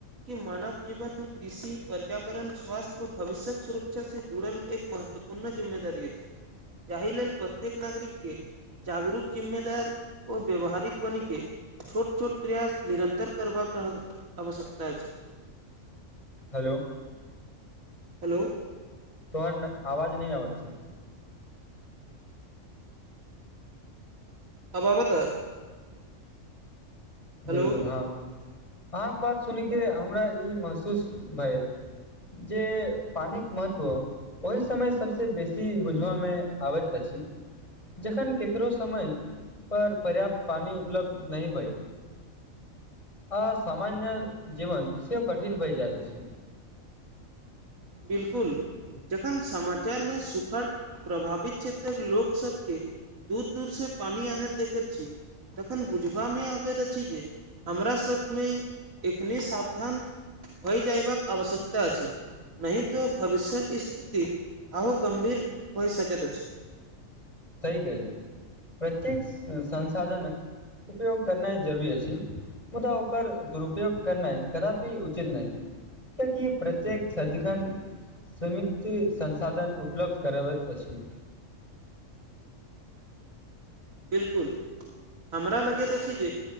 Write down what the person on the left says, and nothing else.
हेलो
तोहर नऽ आवाज नहि आबत छै
बिल्कुल हँ अहाँके बात सुनेके हमरा ई महसूस भेल जे पानि क महत्व ओहि समय सबसे बेसी बुझबा मे आबैत अछि जखन केकरो समय पर पर्याप्त पानी उपलब्ध नहि भइ असामान्य जीवन सेहो कठिन भइ जाइत अछि <inaudible>
सही कहलिये प्रत्येक संसाधनक उपयोग करनाइ जरूरी अछि मुदा ओकर दुरुप्रयोग करनाइ कदापि उचित नहि कियाकि प्रत्येक सदिखन स्मिती संसाधन उपलब्ध करबैत अछि <inaudible>